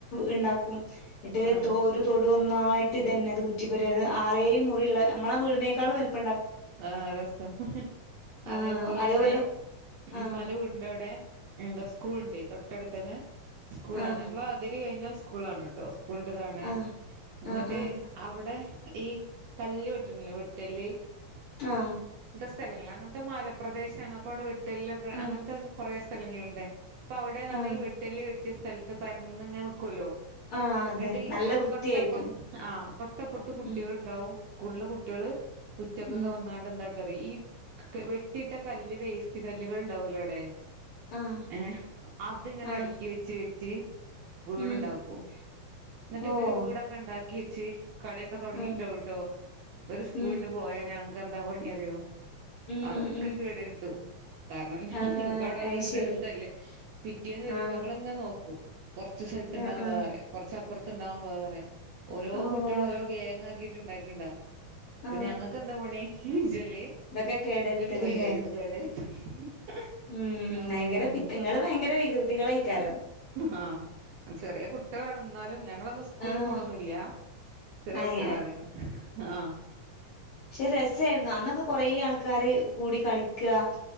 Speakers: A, on the left (about 70°); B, on the right (about 75°).
A: ഉണ്ടാക്കും എന്നട്ട്
B: ആ
A: ഒരു തൊടും നന്നായിട്ട് തന്നെറ്റി യ ആേ മുറിള്ള നമ്മുടെ വീടിന <unintelligible>
B: ആ രസം അതേപോലൊണ്
A: ആഹ് അതേപോലെ
B: ഉമന്റെ
A: ആഹ്
B: വീടിന്റവിടെ എന്താ സ്കൂൾ ഇണ്ട് തൊട്ടടുത്തന്ന സ്കൂളണ്
A: ആഹ്
B: നമ്മള് അതിര് കഴിഞ്ഞ സ്കൂള ആാണ് ട്ടോ കൊണ്ടതാണെ
A: ആഹ്
B: എന്നിട്ട്
A: ആഹ്
B: അവിടെ ഈ കല്ല് വട്ടണില്ലെ വട്ടല്
A: ആ
B: സ്ഥലങ്ങൾ അങ്ങനത്തെ മലപ്രദേശണ് അപ്പോ അവിടെ വെ ട്ടെല്ലൊക്കെ
A: ആഹ്
B: അങ്ങനത്തെ കൊറേ സ്ഥലങ്ങളുണ്ട് പവടെന്നറഞ
A: ആഹ്
B: ഈ വെട്ടല്ല് വെട് സ്ഥലത്ത് പരുന്നങ്ങെ നിൽക്കുവല്ലോ
A: ആഹ് അതെ
B: ട്ടി
A: നല്ല
B: അവിടെ
A: വൃത്തിയായിരിക്കും
B: തൊട്ടപ്പുറത്ത് ആ് തൊട്ടപ്പുറത്ത് കുട്ടികൾ
A: ഉം
B: ഉണ്ടാവും സ്കൂളെ കുട്ടികള് ഉച്ച ഒക്കെക്കവന്നണ്ട
A: ഉം
B: എ <unintelligible> ഈ വെട്ടിയിട്ട കല്ല് വേസ്റ്റ് കല്ലുകൾ ഉണ്ടാവല്ലോ അവിടെ?
A: ആഹ്
B: ഏഹ് അതിങ്ങനെ
A: ആഹ്
B: അടുക്കി വെച്ച് വെ ച്ച് വീടുണ്ടാക്കും
A: ഉം
B: എന്നിട്ട്
A: ഓഹ്
B: ഇവര് വീടൊക്കെ ഇണ്ടാക്കി <unintelligible> കളിയൊക്കെ തുടങ്ങിണ്ടാവും
A: ഉം
B: ട്ടോ ഇവര് സ്കൂളിട്ട്
A: ഉം
B: പോ ഞങ്ങക്ക് എന്താ പണി അറിയോ?
A: ഉം
B: അതൊക്കെ
A: ഉം ഉം
B: കേടരുത്തും. കാരണം ഞങ്ങക്ക്
A: ആഹ്
B: അവിടെ വീടിന്റെ
A: അയ്ശരി
B: അടുത്തല്ലേ പിറ്റേന്ന് വരുമ്പോ
A: ആഹ്
B: ഞങ്ങളിങ്ങനെ നോക്കും. കുറച്ച് സ്ഥലത്തുണ്ടാവും
A: ആഹ് ആഹ്
B: വേറെ കുറച്ചപ്പുറത്ത് ത്തുണ്ടാവും വേറെ. ഓരോ
A: ഓഹ്
B: കുട്ടികളെ ഓരോ ഗേങ്ങാക്കി റ്റിണ്ടാക്കിണ്ടാവും.
A: ആ
B: ക്ക് എന്താ പണി വെച്ചാല്
A: ഇതൊക്കെ കേടരുത്തലല്ലേ
B: പോയി <unintelligible>
A: ഉം
B: അങ്ങനെനും
A: ഭയങ്കര പിത്തങ്ങള് ഭയങ്കര വികൃതികളായിക്കാരം
B: ആ ചെറിയ കു ഇട്ട് കടന്നാലും ഞങ്ങളന്ന് സ്കൂളിൽ
A: ആഹ്
B: പോണൊന്നില്ലാ ചെറിയ
A: അയ്
B: കുട്ടികളാണ്, ആ
A: ക്ഷേ രസായിരുന്നു അന്നൊക്കെ കൊറെ ആൾക്കാര് കൂടി കളിക്കാ